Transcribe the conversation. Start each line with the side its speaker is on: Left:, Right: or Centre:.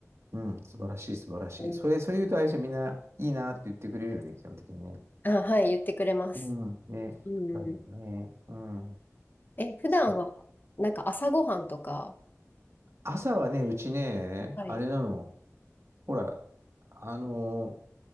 Right: うん、素晴らしい、素晴らしい。
Left: うん
Right: それ、それ言うと、あれでしょみんないいなって言ってくれるよね、基本的にね。
Left: あ、はい、言ってくれます。
Right: うん、ね。
Left: うん。
Right: だけどね。うん。
Left: え、普段は、
Right: そう。
Left: なんか朝ごはんとか、
Right: 朝はね、うちね、
Left: はい。
Right: あれなの。ほら、あのー